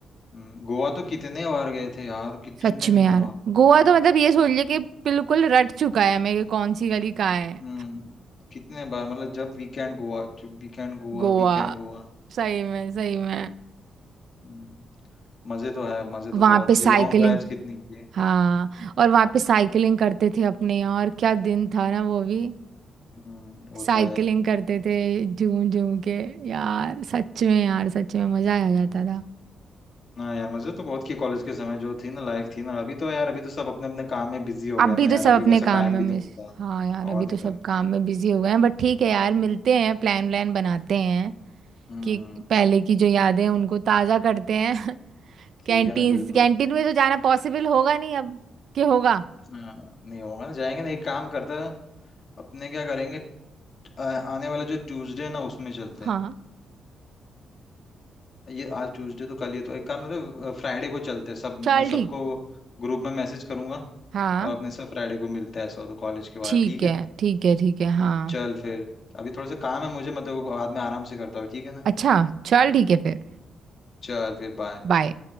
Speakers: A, on the left (about 45°); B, on the right (about 60°).
A: हम्म, गोवा तो कितने बार गए थे यार कितने
B: सच में यार
A: बार
B: गोवा तो मतलब ये सोच ले कि बिल्कुल रट चुका है मैं कि कौन सी गली कहाँ है
A: हम्म कितने बार मतलब जब वीकेंड गोवा जब वीकेंड गोवा
B: गोवा
A: वीकेंड गोवा
B: सही में सही में
A: हम्म, मजे तो है मजे तो
B: वहां
A: बहुत
B: पे
A: किए
B: साइकिलिंग
A: लॉन्ग ड्राइव्स कितनी की है
B: हाँ और वहाँ पे साइकिलिंग करते थे अपने यार क्या दिन था ना वो भी
A: हम्म वो
B: साइकिलिंग
A: तो है
B: करते थे झूम झूम के यार सच में यार सच में मजा आ जाता था
A: ना यार मजे तो बहुत किए कॉलेज के समय जो थी ना लाइफ थी ना अभी तो यार अभी तो सब अपने अपने काम में बिजी हो
B: अभी
A: गए ना
B: तो
A: यार
B: सब
A: अभी
B: अपने
A: वैसा
B: काम
A: टाइम
B: में
A: भी
B: मिस
A: नहीं मिलता
B: हाँ यार अभी
A: और नहीं
B: तो सब
A: तो है।
B: काम में बिजी हो गए हैं बट ठीक है यार मिलते हैं प्लान व्लान बनाते हैं
A: हम्म
B: कि पहले की जो यादें हैं उनको ताज़ा करते हैं <laughs>
A: ठीक
B: कैंटीन
A: है ना बिल्कुल
B: कैंटीन में तो जाना पॉसिबल होगा नहीं अब कि होगा
A: हाँ नहीं होगा ना जाएंगे ना एक काम करता है, अपने क्या करेंगे आ, आने वाला जो ट्यूसडे है ना उसमें चलते
B: हाँ
A: हैं ये आज ट्यूसडे तो कल ये तो एक काम मतलब फ्राइडे को चलते हैं सब
B: चल
A: मैं
B: ठीक
A: सबको ग्रुप में मैसेज करूंगा
B: हाँ
A: और अपने सब फ्राइडे को मिलता है ऐसा हो तो कॉलेज के बाहर
B: ठीक
A: ठीक है
B: है ठीक है ठीक है हाँ
A: चल फिर अभी थोड़ा सा काम है मुझे मैं तो बाद में आराम से करता हूँ ठीक है ना
B: अच्छा चल ठीक है फिर
A: चल फिर बाय
B: Bye.